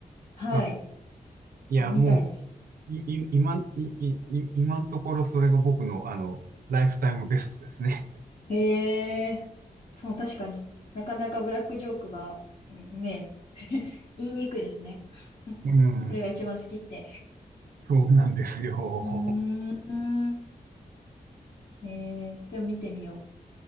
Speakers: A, on the left; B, on the right.
A: はい、
B: あ、いや、
A: みたいです。
B: もう、い、い、今、い、い、い今のところそれが僕の、あの、ライフタイムベストですね。
A: へえー、そう、確かになかなかブラックジョークが、んね、<laughs> 言いにくいですね。<laughs>
B: うん。
A: これが一番好きって。
B: そうなんですよ。<laughs>
A: うーん。えー、でも見てみよ